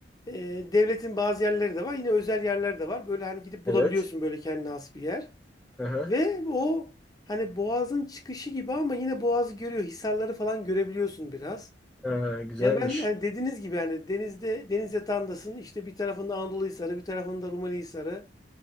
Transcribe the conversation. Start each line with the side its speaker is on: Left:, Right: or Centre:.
Left: eee, devletin bazı yerleri de var. Yine özel yerler de var. Böyle hani gidip bulabiliyorsun
Centre: Evet.
Left: böyle kendine has bir yer.
Centre: Aha.
Left: Ve o hani boğazın çıkışı gibi ama yine boğazı görüyor. Hisarları falan görebiliyorsun biraz.
Centre: Ee, güzelmiş.
Left: Yani ben hani dediğiniz gibi hani denizde deniz yatağındasın. İşte bir tarafında Anadolu Hisarı, bir tarafında Rumeli Hisarı.